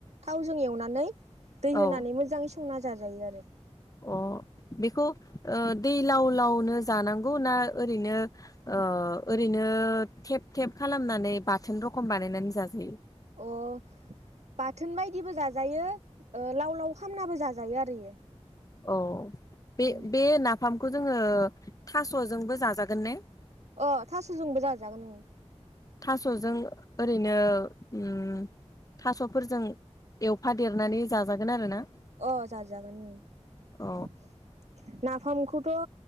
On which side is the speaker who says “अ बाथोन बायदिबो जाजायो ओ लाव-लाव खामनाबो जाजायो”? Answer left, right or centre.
Right